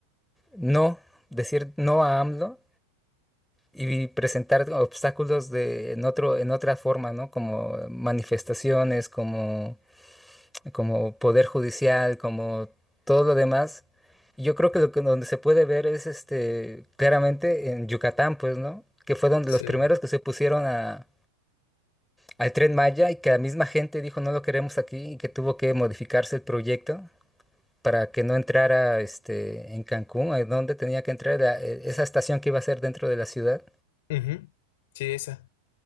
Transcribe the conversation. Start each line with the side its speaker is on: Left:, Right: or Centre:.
Centre: no, decir no a AMLO y presentar obstáculos de, en otro, en otra forma, ¿no? Como manifestaciones, como, como poder judicial, como todo lo demás. Yo creo que lo que donde se puede ver es este claramente en Yucatán, pues, ¿no? Que fue donde
Left: sí.
Centre: los primeros que se pusieron a, al Tren Maya y que la misma gente dijo no lo queremos aquí y que tuvo que modificarse el proyecto para que no entrara este en Cancún, a donde tenía que entrar la- e- esa estación que iba a ser dentro de la ciudad.
Left: Ujú. Sí, esa.